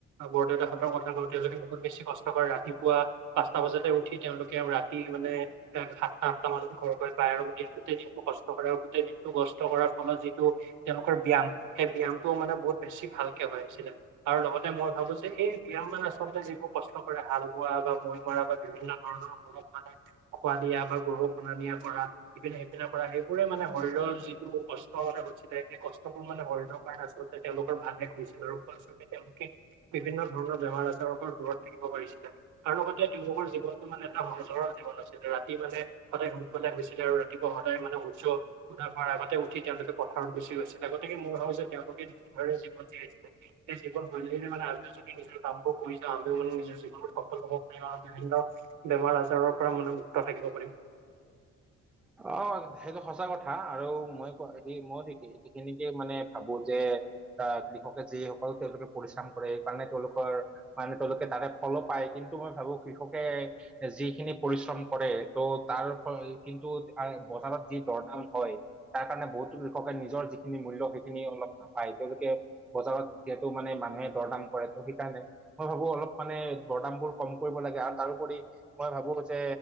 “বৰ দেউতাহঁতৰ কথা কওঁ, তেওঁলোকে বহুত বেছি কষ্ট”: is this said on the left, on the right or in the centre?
Right